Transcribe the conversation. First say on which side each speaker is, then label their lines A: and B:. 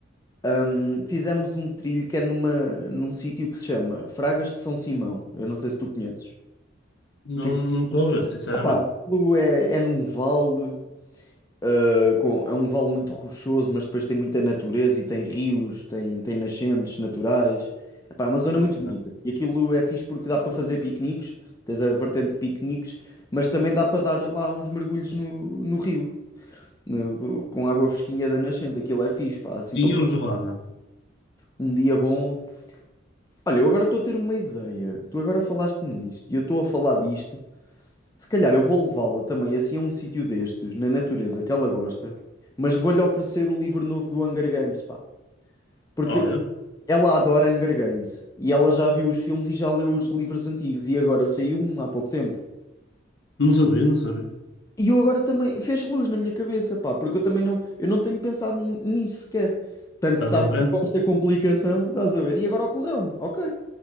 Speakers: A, on the left; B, on the left.
A: Hum, fizemos um trilho que é numa, num sítio que se chama Fragas de São Simão. Eu não sei se tu conheces.
B: Não,
A: Que aquilo,
B: não estou a ver, sinceramente.
A: opá, aquilo é, é num vale, ah, com, é um vale muito rochoso, mas depois tem muita natureza e tem rios, tem, tem nascentes naturais. Epá, é uma zona muito
B: Ok.
A: bonita. E aquilo é fixe porque dá para fazer piqueniques, tens a vertente de piqueniques, mas também dá para dar lá uns mergulhos no, no rio, no- com água fresquinha da nascente. Aquilo é fixe, pá, assim
B: Tinha
A: para passar
B: o gelada.
A: um dia bom Olha, eu agora estou a ter uma ideia. Tu agora falaste-me nisto e eu estou a falar disto. Se calhar eu vou levá-la também assim a um sítio destes, na natureza que ela gosta, mas vou-lhe oferecer o livro novo do Hunger Games, pá. Porque
B: Olha,
A: ela adora Hunger Games e ela já viu os filmes e já leu os livros antigos e agora saiu um há pouco tempo.
B: não sabia, não sabia.
A: E eu agora também fez luz na minha cabeça, pá, porque eu também não, eu não tenho pensado n- nisso sequer. Tanto
B: Estás
A: que estava
B: a
A: com
B: ver?
A: esta complicação, estás a ver? E agora ocorreu-me, ok,